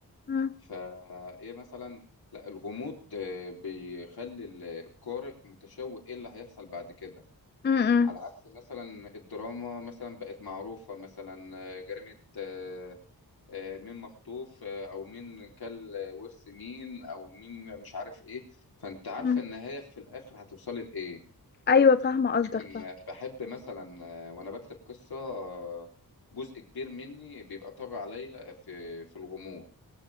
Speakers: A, on the left (about 30°); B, on the left (about 75°).
A: مم.
B: فايه مثلا لا الغموض آه، بيخلي ال- القارئ متشوق ايه اللي هيحصل بعد كده
A: مم.
B: على عكس مثلا الدراما مثلا بقت معروفة مثلا آه، جريمة آه، آه، مين مخطوف آه، أو مين كل ورث مين أو مين مش عارف إيه فأنت عارفة
A: مم.
B: النهاية في الآخر هتوصلي لإيه
A: ايوه فاهمة قصدك
B: لكن
A: فاهمة
B: آه، بحب مثلا آه، وأنا بكتب قصة آه، جزء كبير مني بيبقى طاغي عليا في في الغموض